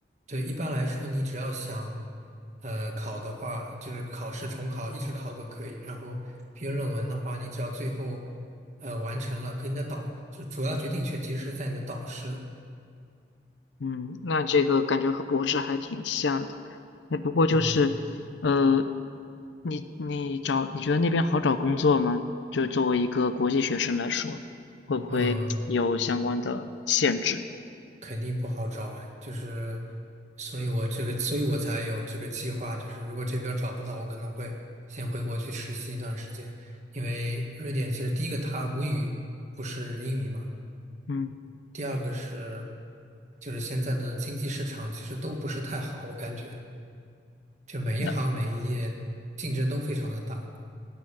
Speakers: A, on the right; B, on the left.
A: 对，一般来说你只要想呃考的话，就是考试重考一直考都可以。然后毕业论文的话，你只要最后呃完成了，跟你的导就主要决定权其实是在你的导师。
B: 嗯，那这个感觉和博士还挺像的。哎，不过就是，
A: 嗯。
B: 呃，你你找，你觉得那边好找工作吗？就作为一个国际学生来说，会不会有相关的限制？
A: 嗯，肯定不好找啊，就是，所以我这个，所以我才有这个计划，就是如果这边找不到，我可能会先回国去实习一段时间，因为瑞典其实第一个它母语不是英语嘛，
B: 嗯，
A: 第二个是就是现在的经济市场其实都不是太好，我感觉就每一行每一业竞争都非常的大。
B: 那